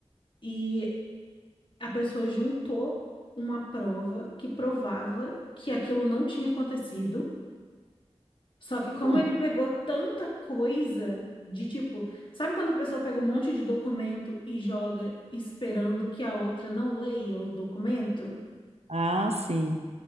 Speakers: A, on the left (about 50°); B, on the right (about 70°).
A: e a pessoa juntou uma prova que provava que aquilo não tinha acontecido. Só que como
B: Hum.
A: ele pegou tanta coisa de tipo, sabe quando a pessoa pega um monte de documento e joga esperando que a outra não leia o documento?
B: Ah, sim.